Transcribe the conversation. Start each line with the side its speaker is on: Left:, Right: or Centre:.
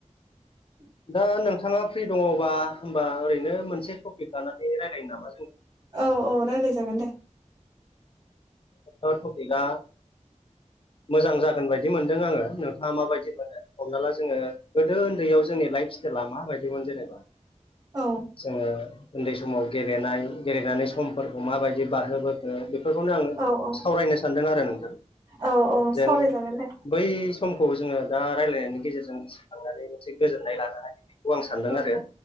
Right: <inaudible>
Left: दा नोंथाङा फ्रि दङ'बा होमबा ओरैनो मोनसे टपिक लानानै रायलायनो नामा जों
Right: औ औ रायलाय जागोन दे
Left: ओ टपिगा मोजां जागोन बायदि मोनदों आङो नोंथाङा माबायदि मोनो हमना ला जोङो गोदो ओनदैयाव जोंनि लाइफ स्टाइला माबायदिमोन जेनेबा
Right: औ
Left: जोङो ओनदै समाव गेलेनाय गेलेनानै समफोरखौ माबायदि बारहोबोखो बेफोरखौनो आं
Right: औ औ
Left: सावरायनो सानदों आरो नोंथां
Right: औ औ
Left: जेन
Right: सावरायजागोन दे
Left: बै समखौ जोङो दा रायलायनायनि गेजेरजों गोसोखांनानै मोनसे गोजोननाय लानो हायो खौ आं सानदों
Right: औ
Left: आरो
Right: औ